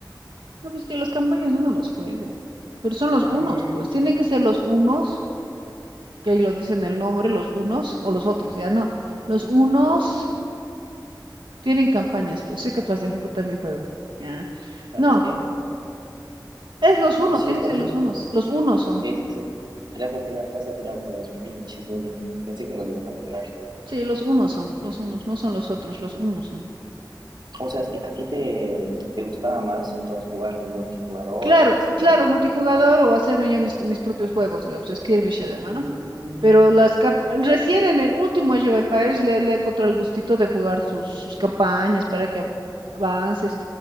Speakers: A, on the right; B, on the right.
A: No, pues que las campañas yo no las juego, pero son los
B: Ah,
A: unos, pues tienen que ser los unos, que ahí lo dicen el nombre, los unos o los otros, ya no. Los unos tienen campañas, pues soy capaz de ejecutar mi juego. Ya.
B: ¿sabes
A: No,
B: qué?
A: es los
B: No,
A: unos,
B: sí,
A: tienen
B: está
A: que ser
B: bien.
A: los unos, los unos son.
B: Sí, sí, sí. Le has atinado, le has atinado con los pinches uno. Pensé que no lo ibas a lograr.
A: Sí, los unos son, los unos, no son los otros, los unos son.
B: O sea, ¿a ti a ti te, te gustaba más entonces jugar el multijugador,
A: Claro,
B: algo así,
A: claro,
B: o cómo?
A: multijugador o hacerme yo mis, mis propios juegos, digamos, skirmish de
B: Ah,
A: mano. Pero las cap- recién en el último Age of Empires le, le encontré el gustito de jugar sus, sus campañas para que av- avances.